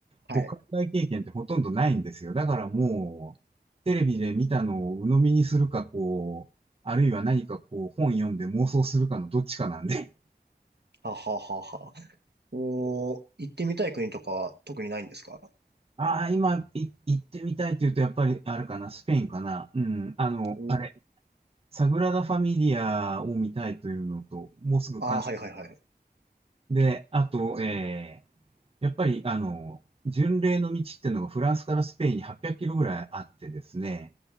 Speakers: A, on the right; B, on the right.
A: はい。
B: こう、海外経験ってほとんどないんですよ。だからもう、テレビで見たのを鵜呑みにするか、こう、あるいは何かこう、本読んで妄想するかのどっちかなんで。
A: はははは。おー、行ってみたい国とかは特にないんですか
B: <laughs> ああ、今、い、行ってみたいって言うと、やっぱり、あれかな、スペインかな。うん、あの、
A: お
B: あれ、サグラダ・ファミリアを見たいというのと、もうすぐ完成。
A: ああー、はいはいはい。
B: で、あと、えー、やっぱり、あの、巡礼の道っていうのがフランスからスペインに800キロぐらいあってですね、